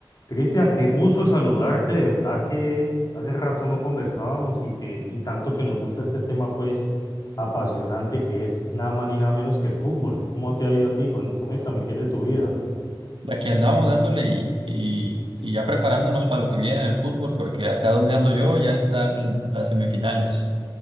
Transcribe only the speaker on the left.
Cristian, qué gusto saludarte, de verdad que hace rato no conversábamos y que y tanto que nos gusta este tema pues apasionante que es nada más ni nada menos que el fútbol. ¿Cómo te ha ido a ti? Cuen- Coméntame, ¿qué es de tu vida?